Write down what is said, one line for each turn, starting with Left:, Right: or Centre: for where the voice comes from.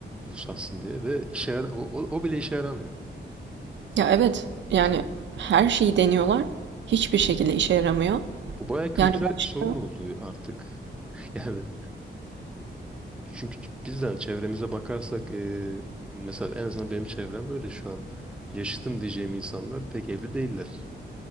Centre: nüfus artsın diye ve işe yara- o, o, o bile işe yaramıyor.
Right: Ya evet. Yani her şeyi deniyorlar. Hiçbir şekilde işe yaramıyor.
Centre: Bu bayağı kültürel
Right: Yani başka...
Centre: bir sorun oldu artık. <laughs> Yani çünkü bizden çevremize bakarsak e, mesela en azından benim çevrem öyle şu an. Yaşıtım diyeceğim insanlar pek evli değiller.